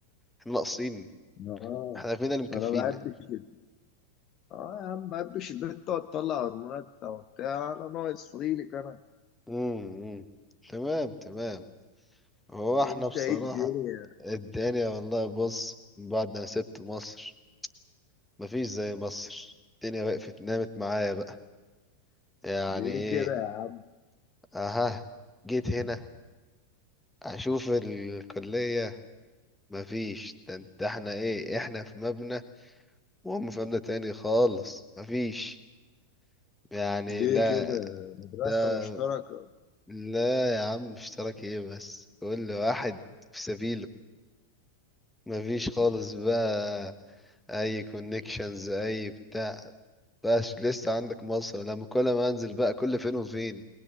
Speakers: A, in the centre; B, on the left.
A: احنا ناقصين
B: اه
A: احنا فينا اللي مكفينا
B: أنا ما بحبش ال- اه يا عم ما بحبش البنت تقعد تطلع هرمونات وبتاع أنا ناقص فضيلك أنا
A: امم تمام تمام هو احنا
B: أنت
A: بصراحة
B: إيه الدنيا
A: الدنيا والله بص من بعد ما سبت مصر مفيش زي مصر الدنيا وقفت نامت معايا بقى يعني
B: ليه
A: ايه
B: كده يا
A: اها جيت هنا اشوف الكلية مفيش ده انت احنا ايه احنا في مبنى وهم في مبنى تاني خالص مفيش يعني
B: عم؟ ليه
A: لا
B: كده مدرسة
A: ده
B: مشتركة
A: لا يا عم اشتراك ايه بس كل واحد في سبيله مفيش خالص بقى اي كونكشنز اي بتاع بقاش لسه عندك مصر لما كل ما انزل بقى كل فين وفين